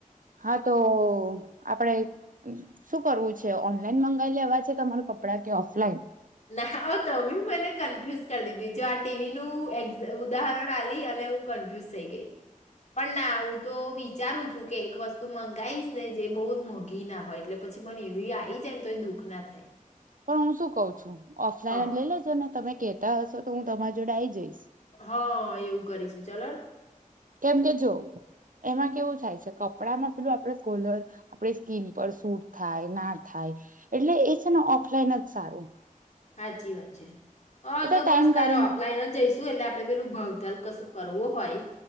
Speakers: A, on the right; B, on the left.
A: હા તો આપડે શું કરવું છે ઓનલાઈન મંગાવી લેવા છે તમાર કપડાં કે ઓફલાઈન
B: ના તમે મને કન્ફ્યુઝ કરી દીધી જો આ ટીવીનું એ ઉદાહરણ આલી અને હું કન્ફ્યુઝ થઈ ગઈ પણ ના હું તો વિચારું છું કે એક વસ્તુ મંગાવીશ ને જે બહુ મોંઘી ના હોય એટલે પછી મને એવી આવી જાય ને તો એ દુઃખ ના થાય
A: પણ હું શું કઉ છું ઓફલાઈનજો.
B: હ,
A: તમે કેહેતા હશો તો હું તમારી જોડે આઈ જઈશ.
B: હા એવું કરીશું ચલો.
A: કેમ કેજો એમાં કેવું. થાય છે કપડામાં પેલું આપણેેલર આપ સ્કીન પર સૂટ થાય ના. થાય એટલે એ છે ને ઓફલાઈન જ. સારું.
B: સાાચી વાત છે. હા
A: એ
B: તો
A: ટાઈમ
B: બસ તારે
A: કાઢીને
B: ઓપલાઈન જ જઈશું એટલે આપડે પેલું ભાવતાલ કશું. કરવો હોય.